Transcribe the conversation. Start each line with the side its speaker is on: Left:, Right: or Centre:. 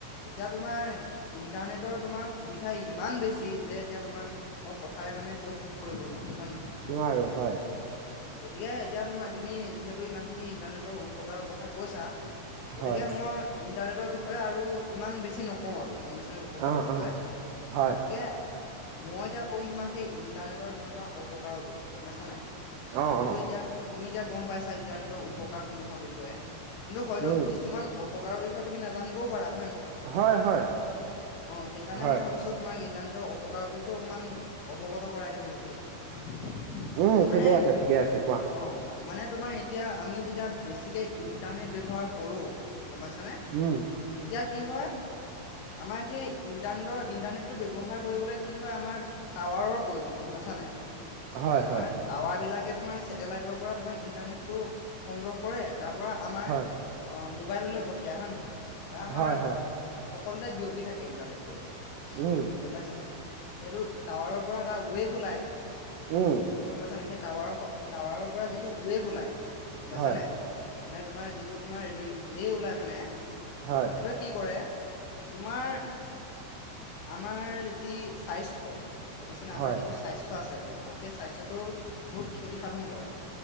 Left: এতিয়া তোমাৰ ইণ্টাৰনেটৰ তোমাৰ সুবিধা ইমান বেছি যে এতিয়া তোমাক। মই কথাৰে মানে কৈ শেষ কৰিব নোৱাৰো হয়নে নহয়।
Right: নোৱাৰো হয়।
Left: গতিকে, এতিয়া তোমাৰ তুমি যিহেতু ইমানখিনি ইণ্টাৰনেটৰ উপকাৰৰ কথা কৈছা। গতিকে,
Right: হয়
Left: মই ইণ্টাৰনেটৰ বিষয়ে আৰু ইমান বেছি নকওঁ আৰু। গ'ম পাইছানে উপকাৰৰ
Right: অ'
Left: বিষয়ে।
Right: অ' হয়
Left: গতিকে, মই এতিয়া ক'ম তোমাৰ সেই ইন্টাৰনেটৰ ধৰি লোৱা অপকাৰৰ বিষয়ে গ'ম পাইছানে নাই। তুমিতো
Right: অ' অ'
Left: এতিয়া তুমি এতিয়া গ'ম পাইছা ইন্টাৰনেটৰ উপকাৰসমূহৰ বিষয়ে। কিন্তু হয়তো
Right: উম
Left: কিছুমান অপকাৰৰ বিষয়ে তুমি নাজানিবও পাৰা হয় নে নহয়।
Right: হয়, হয়।
Left: অ' সেইকাৰণে
Right: হয়
Left: মই ভাবিছোঁ তোমাক ইটাৰনেটৰ অপকাৰৰ বিষয়ে অকণমান অৱগত কৰাই দিওঁ বুলি।
Right: উম,
Left: মানে
Right: ঠিকে আছে, ঠিকে আছে কোৱা।
Left: অ মানে তোমাৰ এতিয়া আমি যেতিয়া বেছিকে ইণ্টাৰনেট ব্যৱহাৰ কৰোঁ। গ'ম পাইছানে?
Right: উম।
Left: তেতিয়া কি হয়। আমাৰ সেই ইণ্টাৰনেটৰ ইণ্টাৰনেটটো ব্যৱহাৰ কৰিবলৈ কি হয় আমাৰ। টাৱাৰৰ প্ৰয়োজন গ'ম পাইছানে নাই।
Right: হয়
Left: আমাৰ
Right: হয়
Left: টাৱাৰ বিলাকে তোমাৰ চেটেলাইটৰ পৰা তোমাৰ ইন্টাৰনেটটো সংগ্ৰহ কৰে। তাৰপৰা আমাৰ
Right: হয়
Left: মোবাইললৈ পঠিয়াই হয় নে নহয় বা আমাৰ
Right: হয় হয়
Left: সকলোতে। বিয়পি থাকে ইণ্টাৰনেটটো এতিয়া
Right: উম
Left: গ'ম পাইছা। যিহেতু টাৱাৰৰ পৰা এটা ৱেভ ওলায়।
Right: উম।
Left: গ'ম পাইছানে। সেই টাৱাৰৰ টাৱাৰৰ পৰা যিটো ৱেভ ওলাই গ'ম পাইছানে?
Right: হয়
Left: মানে তোমাৰ যিটো তোমাৰ ৰে ওলাই মানে, সেইটোৱে
Right: হয়
Left: কি কৰে। তোমাৰ, আমাৰ যি স্বাস্থ্য। গ'ম পাইছানে, আমাৰ
Right: হয়
Left: যিটো স্বাস্থ্য আছে বৰ্তমান সেই স্বাস্থটো বহুত ক্ষতি সাধন কৰে।